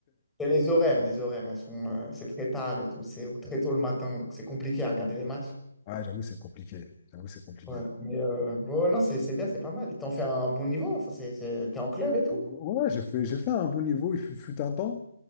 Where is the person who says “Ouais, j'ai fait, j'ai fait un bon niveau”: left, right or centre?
Left